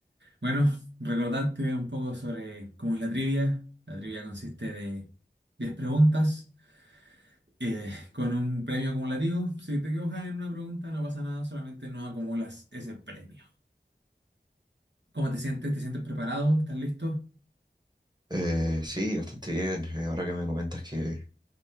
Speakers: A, on the right; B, on the right.
A: Bueno, recordarte un poco sobre cómo es la trivia. La trivia consiste de 10 preguntas eh, con un premio acumulativo. Si te equivocas en una pregunta, no pasa nada, solamente no acumulas ese premio. ¿Cómo te sientes? ¿Te sientes preparado? ¿Estás listo?
B: Eh, sí, bastante bien. Eh, ahora que me comentas que